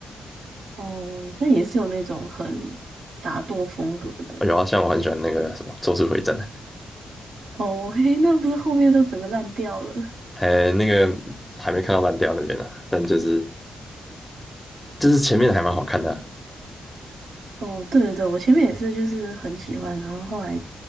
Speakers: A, on the right (about 80°); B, in the centre.
A: 哦？那也是有那种很打斗风格的
B: 有啊，像我很喜欢那个什么《咒术回战》，
A: 哦。嘿，那不是后面就整个烂掉了？
B: <laughs> 还那个还没看到烂掉那边呢、啊但就是就是前面的还蛮好看的啊，
A: 哦，对对对，我前面也是，就是很喜欢，然后后来